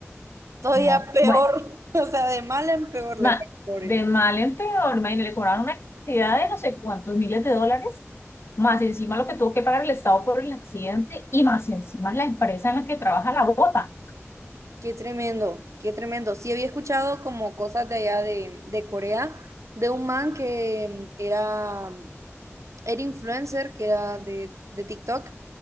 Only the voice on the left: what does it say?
No.
bueno.
ma-
de mal en peor, imagínate, le cobraron una cantidad de no sé cuántos miles de dólares, más encima lo que tuvo que pagar el Estado por el accidente y más encima la empresa en la que trabaja la bota.